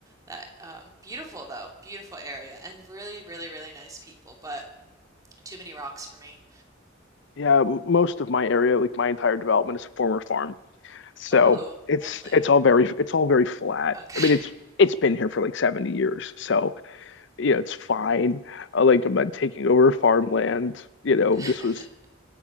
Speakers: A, on the right; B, on the left.
A: that um, beautiful though, beautiful area, and really really really nice people, but too many rocks for me.
B: Yeah, m- most of my area, like my entire development is a former farm. So
A: Oh,
B: it's
A: lovely.
B: it's all very it's all very flat.
A: Okay.
B: I mean, it's it's been here for like 70 years. So, you know, it's fine. Uh, like I'm not taking over farmland, you know,
A: <laughs>
B: this was